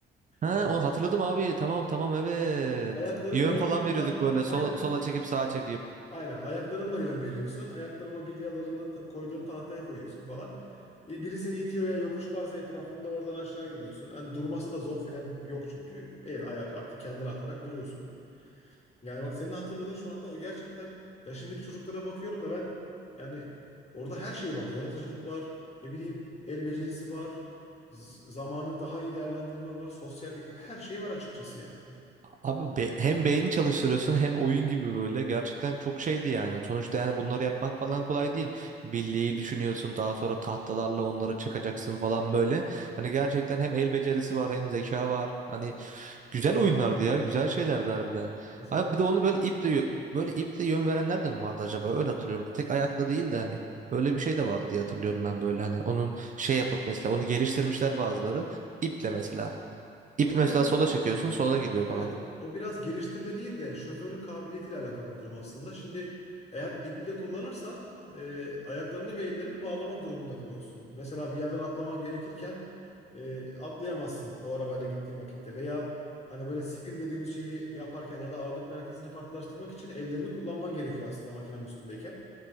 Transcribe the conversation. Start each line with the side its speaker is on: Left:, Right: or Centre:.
Right: Ha
Left: Ee,
Right: onu hatırladım abi. Tamam tamam evet.
Left: ayaklarının
Right: Yön
Left: ortasından
Right: falan veriyorduk böyle sola,
Left: aynen
Right: sola çekip sağa çekip.
Left: aynen ayaklarınla yön veriyorsun. Ayaklarını o bilyalarını ta- koyduğun tahtaya koyuyorsun falan. Ee, Biri seni itiyor veya yokuşu varsa etrafında oradan aşağı gidiyorsun. Hani durması da zor fren yok çünkü. El ayak artık kendini atarak duruyorsun. Yani bak senin hatırladığın şu anda o gerçekten ya şimdiki çocuklara bakıyorum da ben yani orada her şey var. Yaratıcılık var. Ne bileyim el becerisi var. z- zamanı daha iyi değerlendirme var. Sosyallik her şey var açıkçası yani.
Right: Abi be- hem beyni çalıştırıyorsun hem oyun gibi böyle gerçekten çok şeydi yani. Sonuçta yani bunları yapmak falan kolay değil. Birliği düşünüyorsun daha sonra tahtalarla onları çakacaksın falan böyle. Hani gerçekten hem el becerisi var hem zeka var. Hani güzel oyunlardı ya güzel şeylerdi harbiden.
Left: Mesela
Right: Abi bir de onu böyle iple yö- böyle iple yön verenler de mi vardı acaba öyle hatırlıyorum. Tek ayakla değil de hani. Böyle bir şey de vardı diye hatırlıyorum ben böyle hani onun şey yapıp mesela onu geliştirmişler bazıları iple mesela. İp
Left: o
Right: mesela
Left: biraz
Right: sola çekiyorsun sola gidiyor falan.
Left: Evet, o biraz geliştirme değil de şoförün kabiliyetiyle alakalı bir durum aslında. Şimdi eğer iple kullanırsan e, ayaklarını ve ellerini bağlamak durumunda kalıyorsun. Mesela bir yerden atlaman gerekirken e, atlayamazsın o arabayla gittiğin vakitte veya hani böyle spin dediğimiz şeyi yaparken ya da ağırlık merkezini farklılaştırmak için ellerini kullanman gerekiyor aslında makinenin üstündeyken.